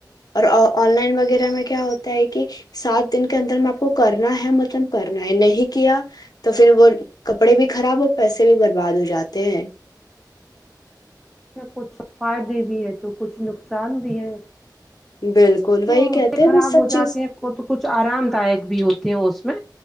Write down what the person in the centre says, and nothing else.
اس میں کچھ فائدے بھی ہیں تو کچھ نقصان بھی ہیں
جو
خراب
ہو
جاتے ہیں تو کچھ آرام دائک بھی ہوتے ہیں اس میں